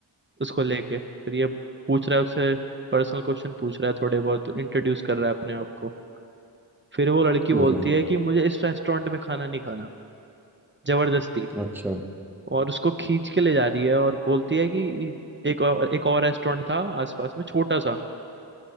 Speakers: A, on the right; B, in the centre.
A: उसको लेके फिर ये पूछ रहा है उससे पर्सनल क्वेश्चन पूछ रहा है थोड़े बहुत इंट्रोड्यूस कर रहा है अपने आप को फिर वो लड़की
B: ठीक
A: बोलती
B: है
A: है कि मुझे इस रेस्टोरेंट में खाना नहीं खाना जबरदस्ती
B: अच्छा
A: और उसको खींच के ले जा रही है और बोलती है कि एक और एक और रेस्टोरेंट था आसपास में छोटा सा